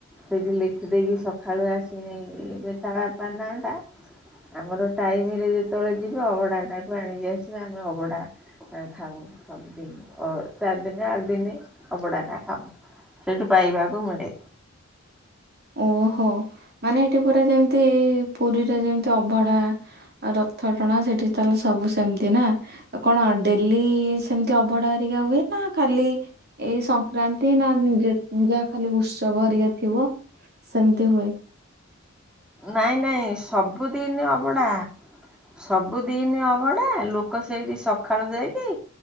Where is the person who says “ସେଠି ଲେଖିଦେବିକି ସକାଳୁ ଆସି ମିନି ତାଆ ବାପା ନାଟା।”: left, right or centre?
Centre